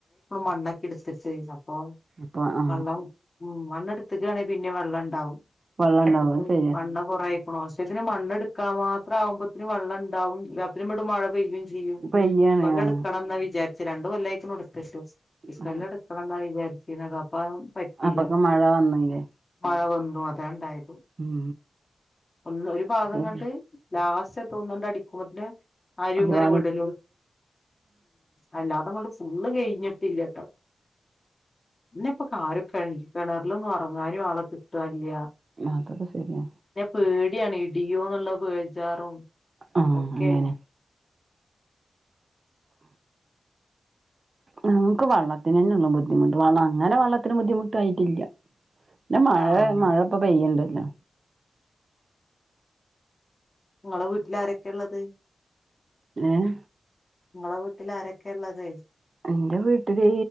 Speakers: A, on the left; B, on the right.
A: മണ്ണ എടുത്തിച്ച് അപ്പൊ
B: അപ്പൊ ആ
A: വെള്ളം ഉ മണ്ണ എടുത്തക്കയാണെങ്കിൽ പിന്നെ വെള്ളം ഉണ്ടാവും
B: വള്ളണ്ടാവ
A: ഇത്
B: ശരി
A: മണ്ണ് കുറായി ആവശത്തിന് മണ്ണെടുക്കാ മാത്ര ആകുമ്പോത്തത്തിന് വെള്ള ഉണ്ടുംല്ലാത്തിനും ഇടും മഴ പെയ്യ
B: പെയ്യാണ്
A: കൊല്ലം
B: ആ
A: എടുക്കണം വിചാരിച്ച് രണ്ടണ്ട് കൊല്ല ആക്ക എടു ഈ സ്െല്ല
B: ആ
A: എടുക്കണന്നായി വിത്തി അപ്പും പറ്റല്ല
B: അപ്പൊക്കെ മഴ വന്നില്ലേ
A: മഴ വന്നു അത ഉണ്ടായി
B: ഉം
A: ഒന്ന് ഒരു ഭാഗം
B: ശരി
A: കണ്ട് ലാസ്റ്റ് തോന്നണ്ട് അടിക്കുമ്പോതിന് ആരും
B: ഒരു
A: ഇങ്ങനെ
B: ഭാഗം
A: വിടലു അല്ല അതങ്ങണ്ട് ഫുള്ള് കഴിഞ്ഞിട്ടില്ല കേട്ടോ ഇന്നെപ്പൊ കാരൊക്കെ ആല്ല കിണറിലൊന്നും ഉറങ്ങാനും ആളെ കിട്ടല്ല
B: അതൊക്കെ ശരിയ
A: ാൻ പേടിയാണ് ഇടിയോ എന്നുള്ള ബേജാറും
B: ആഹ്
A: ഒക്കെയാണ്
B: അങ്ങനെ നമുക്ക് വള്ളത്തിന് തന്നുള്ള ബുദ്ധിമുട്ട് വള്ള അങ്ങനെ വള്ളത്തി അന് ബുദ്ധിമുട്ടായിട്ടില്ല പിന്ന മഴ
A: ആഹ്
B: മഴ ഇപ്പോ പെയ്യണ്ടല്ലോ
A: നിങ്ങളെ വീട്ടില ആരൊക്കെ ഉള്ളത്
B: ഉം
A: നിങ്ങളെ വീട്ടിൽ ആരൊക്കെയ ഉള്ളത്
B: എന്റെ വീട്ടില്